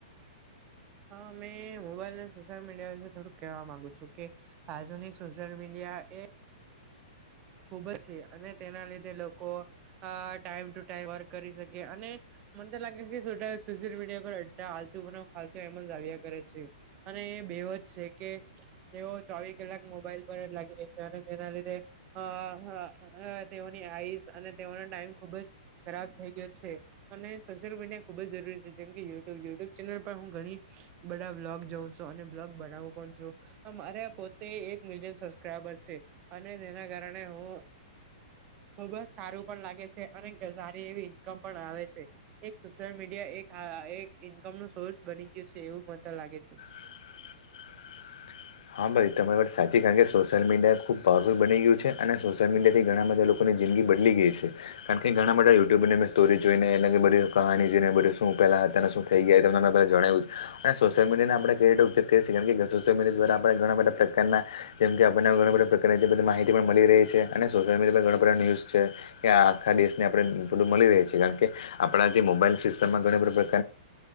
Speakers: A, on the right; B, on the left.
A: હા મેં મોબાઈલ અને સોશિયલ મીડિયા વિશે થોડુંક કહેવા માંગુ છું કે આજુની સોશિયલ મીડિયા એ ખુબ જ છે અને તેના લીધે લોકો ટાઈમ ટુ ટાઈમ વર્ક કરી શકે અને અને મને તો લાગે છે કે સોશલ મીડિયા પર એ આતુ ફતુ એમ દાવ કરે છે. અને એ બેવ જ છે કે તેઓ ચોવી કલાક મોબાઈલ પર જ લાગી રહે છે અને તેના લીધે અ તેઓની આઈઝ અને તેઓનો ટાઈમ ખુબ જ ખરાબ થઈ ગયો છે. અને સોશિયલ મીડિયા ખુબ જરૂરી છે જેમકે યુટ્યુબ યુટ્યુબ ચેનલ પર હું ઘણી બધા વ્લોગ જોઉ અને બ્લોગવુ પણ છું મારે પોતે એક મિલિયન સબસ્ક્રાઈબર છે અને મને એના કારણે હુ ખૂબ જ સારું પણ લાગે છે અને સારી એવી ઇન્કમ પણ આવે છે એક સોશિયલ મીડિયા એક હ એક ઈન્કમ નું સોર્સ બની ગયું છે એવું મને લાગે છે.
B: <inaudible> હા ભાઈ તમારી વાત સાચી કારણ કે સોશિયલ મીડિયા ખૂબ પાવરફુલ બની ગયું છે અને સોશિયલ મીડિયા થી ઘણા બધા લોકોની જિંદીગી બદલી ગઈ છે કારણ કે ઘણા માટે યુટ્યુબરનેં સ્ટોરી જોઈને એ બધી કહા જોઈને બધું શું પહેલા શું થઈ ગયા જણાવ સોશયલ મીડિયાને આપણે કઈ ઉપયોગ કરીએ કે સોલ મીડિયા દ્વારા ઘણા બધા પ્રકારના જેમ આપણને ઘણા બધા પ્રકારધી માહિતી પણ મળી રહી છે અને સોશયલ મીડિયા પર આ દેશને આપડે મળી રહે છે કારણ કે આપડા જે મોબાઈલ સિસ્ટમ માં સિસ્ટમ